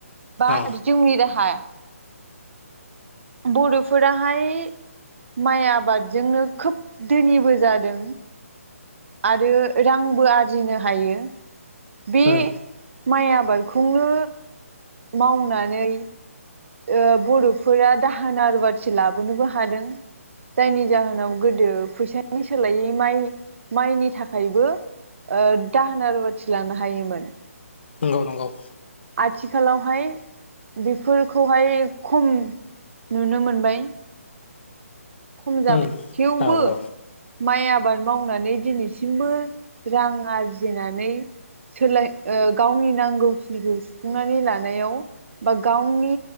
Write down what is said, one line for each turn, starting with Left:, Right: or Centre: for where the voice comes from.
Right: बा
Left: औ
Right: जिउनि राहा बर'फोराहाय माइ आबादजोंनो खोब धोनिबो जादों आरो रांबो आरजिनो हायो बे
Left: उम
Right: माइ आबादखौनो मावनानै ओ बर'फोरा दाहोना रुवाथि लाबोनोबो हादों। जायनि जाहोनाव गोदो फैसानि सोलायै माइ माइनि थाखायबो दाहोन रुवाथि लानो हायोमोन।
Left: नंगौ नंगौ
Right: आथिखालावहाय बेफोरखौहाय खम नुनो मोनबाय। खम जाबाय
Left: उम
Right: थेवबो।
Left: औ औ
Right: माइ आबाद मावनानै दिनैसिमबो रां आरजिनानै सोलाय ओ गावनि नांगौखिनिखौ सुफुंनानै लानायाव बा गावनि